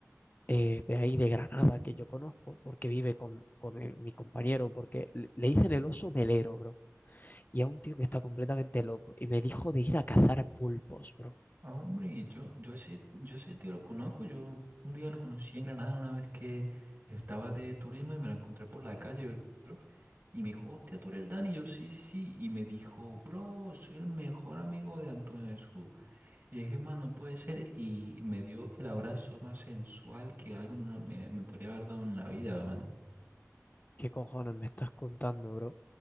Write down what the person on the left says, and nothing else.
eh, de ahí de Granada que yo conozco porque vive con, con el- mi compañero, porque le, le dicen el oso melero, bro y a un tío que está completamente loco. Y me dijo de ir a cazar pulpos, bro.
¿Qué cojones me estás contando, bro?